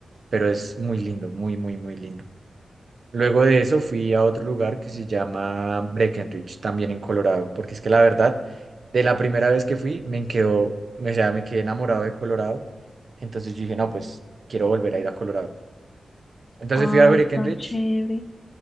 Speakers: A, on the right; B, on the left.
A: pero es muy lindo, muy, muy, muy lindo. Luego de eso fui a otro lugar que se llama Breckenridge, también en Colorado, porque es que la verdad, de la primera vez que fui, me quedó, o sea, me quedé enamorado de Colorado, entonces yo dije, no, pues quiero volver a ir a Colorado. Entonces
B: Ay,
A: fui a Breckenridge
B: tan chévere.